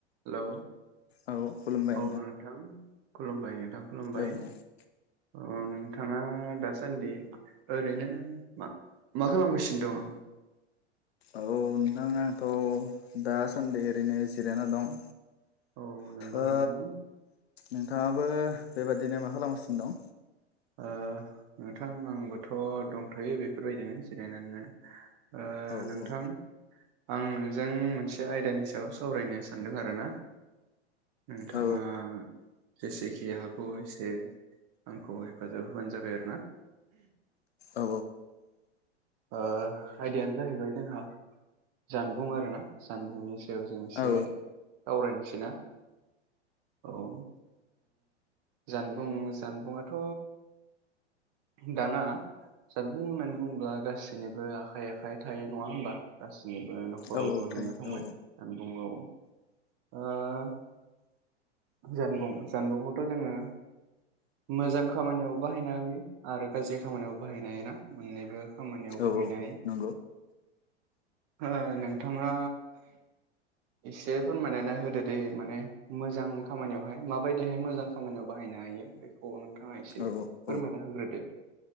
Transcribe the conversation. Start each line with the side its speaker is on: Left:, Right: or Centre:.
Right: Hello.
Left: औ खुलुमबाय
Right: औ नोंथां खुलुमबाय नोंथां खुलुमबाय
Left: औ
Right: औ नों थाङा दासान्दि ओरैनो मा मा खालामगासिनो दङ?
Left: औ नोंथां आथ' दासान्दि ओरैनो जिरायना दं।
Right: औ नंगौ
Left: ओ
Right: नोंथां
Left: नोंथाङाबो बेबादिनो मा खालामगासिनो दं?
Right: ओ नोंथां आंबोथ' दंथ'यो बेफोरबायदिनो जिरायनानैनो। ओ
Left: दं औ
Right: नोंथां आं नोंजों मोनसे आयदानि सायाव सावरायनो सानदों आरो ना। नोंथाङा
Left: औ
Right: जेसेखि हागौ एसे आंखौहाय हेफाजाब होबानो जाबाय आरोना।
Left: औ
Right: ओ आयदायानो जाहैबाय जोंहा जानबुं आरोना जानबुंनि सायाव जों एसे
Left: औ
Right: सावरायनोसै ना? औ ओ जानबुं जानबुङाथ' दाना जानबुं होननानै बुङोब्ला गासिनिबो आखाइ आखाइ थायो नङा होमबा गासि निबो न'खरावबो
Left: औ
Right: नुनो
Left: थायो
Right: थांबाय
Left: औ
Right: जानबुं औ ओ जानबुं जानबुंआवथ' जोङो मोजां खामानियाव बाहायनो हायो आरो गाज्रि खामानियावबो बाहायनो हायोना मोननैबो खामानियाव
Left: औ
Right: बाहायनो
Left: औ
Right: हायो।
Left: <unintelligible>
Right: ओ नोंथाङा एसे फोरमायनानै होदो दे माने मोजां खामानियावहाय माबायदिहाय मोजां खामानियाव बाहाय नो हायो बेखौ नोंथाङा एसे
Left: औ औ
Right: फोरमायना
Left: औ
Right: होग्रोदो।